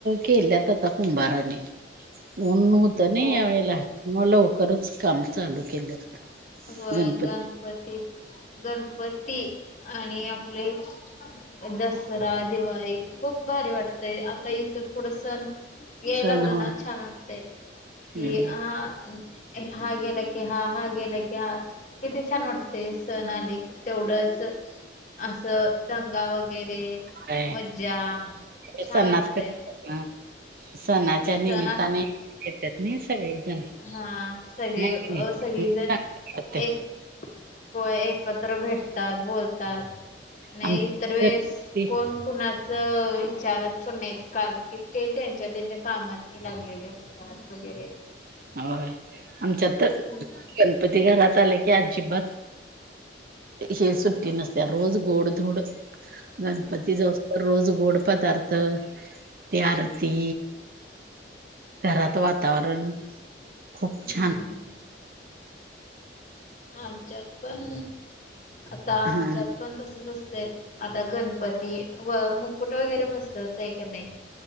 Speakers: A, on the right; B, on the left.
A: केल्यात आता कुंभाराने त, नाही
B: हो
A: या वेळेला म लवकरच काम चालू केल्यात.
B: होय,
A: गणपती
B: गणपतीत गणपती आणि आपले दसरा दिवाळी खूप भारी वाटतेय आता इथून पुढं सण याय
A: सण
B: लागलं
A: होय.
B: ना छान असतंय की
A: हम्म.
B: हा हा गेला की हा, हा गेला की हा किती छान वाटतय सण आले कि तेवढंच असं दंगा वगैरे
A: होय
B: मज्जा
A: ते
B: छान
A: सणात
B: वाटतय.
A: कसं हां, सणाच्या निमित्ताने
B: सण अस-
A: येत्यात नी सगळेजण
B: हा सगळी
A: नाही
B: अ
A: नाही
B: सगळीजण
A: वाटते
B: ए होय एकत्र भेटतात, बोल तात, नाही
A: आमच्या
B: इतर वेळेस
A: गणपती
B: कोण कुणाच विचारत पण नाहीत कारण की ते त्यांच्या- त्यांच्या कामातनी लागलेले असत्यात डान्स वगैरे.
A: होय आमच्यात तर
B: हम्म
A: गणपती घरात आले की अजिबात हे सुट्टी नसतीया रोज गोड-धोड गणपती जाऊसतोर रोज गोड पदार्थ त्या आरती घरात वातावरण खूप
B: हम्म
A: छान
B: हम् आमच्यात पण, आता आमच्यात
A: हा
B: पण तसच असत आता गणपती व मुकुट वगैरे बसत हो एक नाही